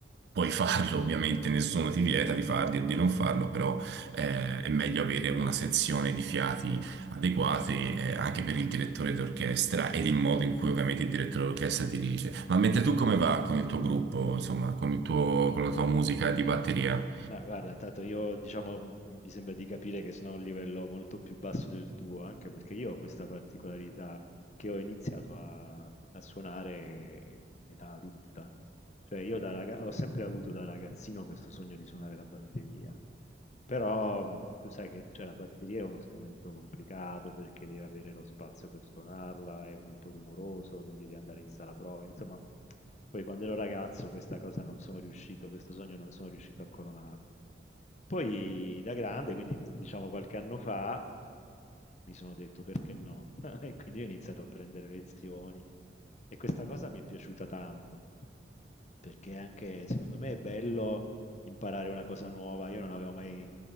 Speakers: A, on the right; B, on the left.
A: puoi farlo ovviamente, nessuno ti vieta di farlo e di non farlo, però eh, è meglio avere una sezione di fiati adeguate eh, anche per il direttore d'orchestra ed il modo in cui ovviamente il direttore d'orchestra dirige. Ma mentre tu come va con il tuo gruppo, insomma, con il tuo- con la tua musica di batteria?
B: Ma guarda, intanto io diciamo m- mi sembra di capire che sono a un livello molto più basso del tuo, anche perché io ho questa particolarità che ho iniziato a, a suonare in età adulta. Cioè io da raga- ho sempre avuto da ragazzino questo sogno di suonare la batteria, però mh, tu sai che cioè, la batteria è uno strumento complicato perché deve avere lo spazio per suonarla, è molto rumoroso, quindi devi andare in sala prova, insomma, poi quando ero ragazzo questa cosa non sono riuscito, questo sogno non sono riuscito a coronarlo. Poi da grande, quindi diciamo qualche anno fa, mh, mi sono detto perché no? <laughs> E quindi ho iniziato a prendere lezioni e questa cosa mi è piaciuta tanto, perché anche secondo me è bello imparare una cosa nuova. Io non avevo mai